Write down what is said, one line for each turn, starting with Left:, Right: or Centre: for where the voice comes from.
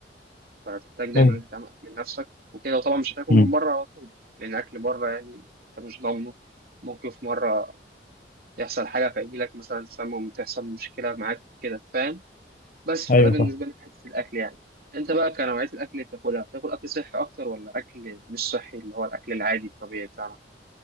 Right: فهتحتاج دايما
Left: ايوه
Right: انك تعمل اكل لنفسك وكده وطبعا مش هتاكل من
Left: امم
Right: بره على طول لان اكل بره يعني انت مش ضامنه ممكن في مره يحصل حاجة فيجيلك مثلا تسمم تحصل مشكلة معاك كده فاهم بس فده
Left: ايوه
Right: بالنسبة
Left: فاهم.
Right: لي في حتة الأكل يعني أنت بقى كنوعية الأكل اللي بتاكلها بتاكل أكل صحي أكتر ولا أكل مش صحي اللي هو الأكل العادي الطبيعي بتاعنا